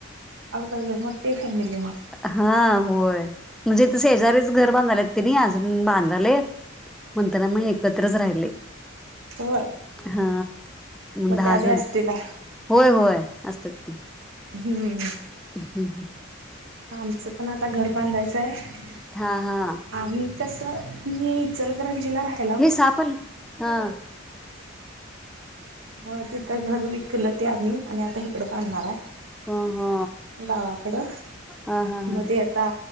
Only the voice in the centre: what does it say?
हा होय म्हणजे त शेजारीच घर बांधले तनी अजून बांधाले म्हणताना मग एकत्रच राहिले
हा
दहा
जण
आहे
होय होय असतत की
हम् ह्
हा हा
हे साप आला
ह ह
ह ह ह